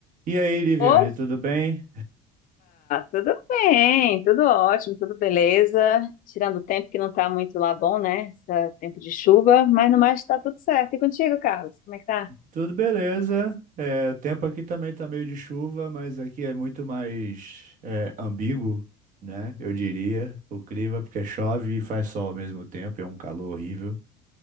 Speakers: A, on the right; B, on the left.
A: E aí, Liviane,
B: Opa,
A: tudo bem?
B: tudo bem, tudo ótimo, tudo beleza. Tirando o tempo que não está muito lá bom, né? Esse tempo de chuva, mas no mais está tudo certo. E contigo, Carlos, como é que tá?
A: Tudo beleza. É, o tempo aqui também tá meio de chuva, mas aqui é muito mais é, ambíguo, né? Eu diria, o clima, porque chove e faz sol ao mesmo tempo, é um calor horrível.